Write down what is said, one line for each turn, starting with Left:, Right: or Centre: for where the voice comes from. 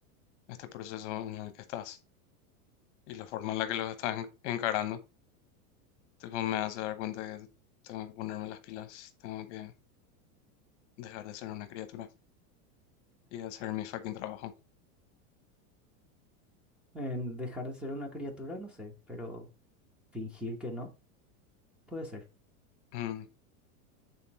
Left: este proceso en el que estás y la forma en la que los estás en- encarando. Tipo, me hace dar cuenta que tengo que ponerme las pilas, tengo que dejar de ser una criatura y hacer mi fucking trabajo.
Centre: En dejar de ser una criatura, no sé, pero fingir que no, puede ser.
Left: Mm.